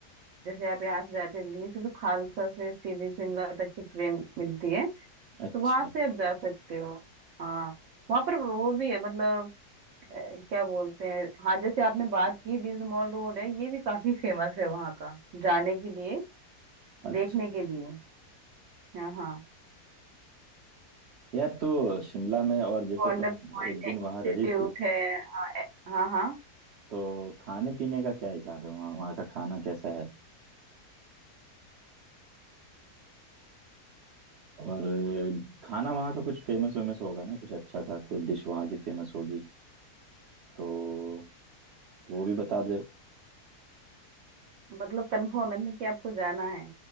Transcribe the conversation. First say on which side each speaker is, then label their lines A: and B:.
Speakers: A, on the right; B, on the right.
A: जैसे आप यहाँ से जाते हो दिल्ली से तो खालसा से सीधी शिमला तक की ट्रेन मिलती है तो
B: अच्छा
A: वहां से आप जा सकते हो हाँ वहां पर वो भी है मतलब अ, क्या बोलते हैं हाँ जैसे आपने बात की रिज मॉल रोड है ये भी काफी फेमस है वहाँ का जाने के लिए
B: अच्छा
A: देखने के लिए हाँ हाँ
B: यार तो शिमला में और जैसे
A: गोल्डन
B: तुम
A: पॉइंट
B: एक दिन
A: है इंस्टीट्यूट
B: वहां रही थी
A: है हाँ हाँ
B: तो खाने पीने का क्या हिसाब है वहाँ वहाँ का खाना कैसा है और खाना वहाँ का कुछ फेमस वेमस होगा ना कुछ अच्छा सा कोई डिश वहाँ की फेमस होगी तो वो भी बता दे
A: मतलब कंफर्म है ना कि आपको जाना है